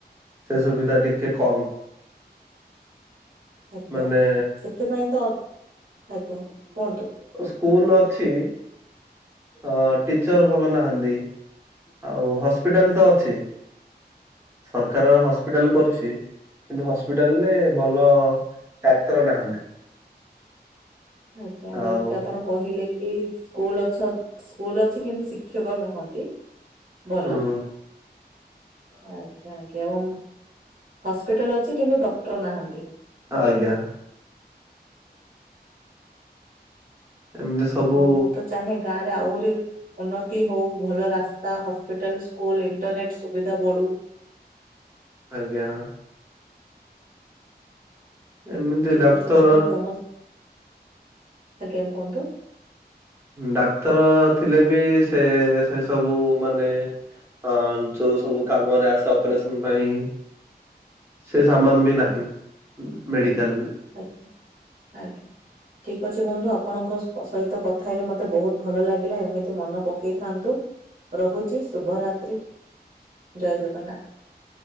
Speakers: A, on the right; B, on the right.
A: ସେ ସୁବିଧା ଟିକେ କମ୍।
B: <inaudible> ଆଜ୍ଞା
A: ମାନେ
B: ସେଥିପାଇଁ ତ, ଆଜ୍ଞା କୁହନ୍ତୁ।
A: ସ୍କୁଲ୍ ଅଛି। ହଁ ଟିଚର ଭଲ ନାହାନ୍ତି, ଆଉ ହସ୍ପିଟାଲ୍ ତ ଅଛି। ସରକାର ହସ୍ପିଟାଲ୍ କରୁଛି। କିନ୍ତୁ ହସ୍ପିଟାଲରେ ଭଲ ଡାକ୍ତର ନାହାନ୍ତି।
B: ଆଜ୍ଞା
A: ଆଉ
B: ଯେମିତି ଆପଣ କହିଲେ କି ସ୍କୁଲ ଅଛ ସ୍କୁଲ ଅଛି କିନ୍ତୁ ଶିକ୍ଷକ ନୁହନ୍ତି ଭଲ।
A: ହୁଁ
B: ଆଜ୍ଞା ଆଜ୍ଞା ଏବଂ ହସ୍ପିଟାଲ ଅଛି କିନ୍ତୁ ଡକ୍ଟର ନାହାନ୍ତି।
A: ଆଜ୍ଞା। ଏମିତି ସବୁ
B: ମୁଁ ତ ଚାହେଁ ଗାଁ ରେ ଆହୁରି ଉନ୍ନତି ହଉ ଭଲ ରାସ୍ତା ହସ୍ପିଟାଲ ସ୍କୁଲ ଇଣ୍ଟରନେଟ ସୁବିଧା ବଢୁ।
A: ଆଜ୍ଞା। ଏମିତି
B: ଠିକ
A: ଡାକ୍ତର
B: ଅଛି ବନ୍ଧୁ ତମ ଆଜ୍ଞା କୁହନ୍ତୁ?
A: ଡାକ୍ତର ଥିଲେ ବି ସେ ସେ ସବୁ ମାନେ ହଁ ଯୋଉ ସବୁ କାମରେ ଆସେ ଅପରେସନ ପାଇଁ ସେ ସାମାନ ବି ନାହିଁ ମେଡ଼ିକାଲରେ।
B: ଆଛା ଆଜ୍ଞା। ଠିକ ଅଛ ବନ୍ଧୁ ଆପଣଙ୍କ ସହିତ କଥା ହେଲେ ମତେ ବହୁତ ଭଲ ଲାଗିଲା ଏମିତି ମନ ପକେଇଥାନ୍ତୁ। ରହୁଛି ଶୁଭରାତ୍ରି ଜୟ ଜଗନ୍ନାଥ।